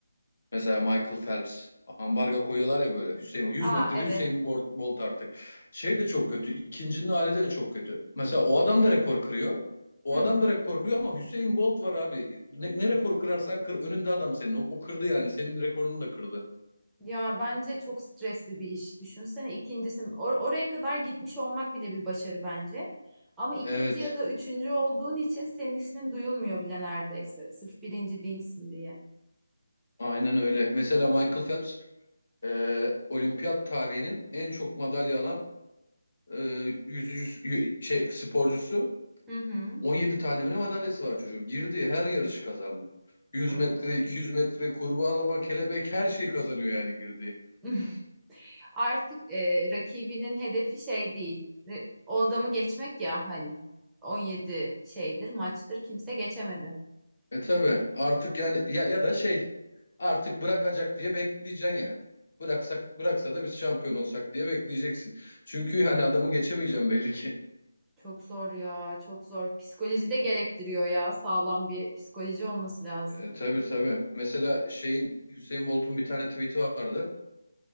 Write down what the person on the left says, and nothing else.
Mesela Michael Phelps ambarga koyuyorlar ya böyle Hüseyin Bolt. 100
metrede
Hüseyin Bolt, Bolt artık. Şey de çok kötü. İkincinin hali de çok kötü. Mesela o
adam da rekor kırıyor. O
adam
da rekor kırıyor ama Hüseyin Bolt var abi. Ne, ne rekoru kırarsan kır. Önünde adam senin. O, o kırdı yani. Senin rekorunu da kırdı.
Evet.
Aynen öyle. Mesela Michael Phelps e, olimpiyat tarihinin en çok madalya alan e, yüzücü şey sporcusu
17 tane mi madalyası var çocuğun. Girdiği her yarışı kazandı. 100
metre, 200 metre, kurbağalama, kelebek her şeyi kazanıyor yani girdiği.
E tabi artık yani ya, ya da şey artık bırakacak diye bekleyeceksin yani. Bıraksak bıraksa da biz şampiyon olsak diye bekleyeceksin. Çünkü hani adamı geçemeyeceğim belli ki.
E, tabii tabii. Mesela şeyin Hüseyin Bolt'un bir tane tweet'i vardı.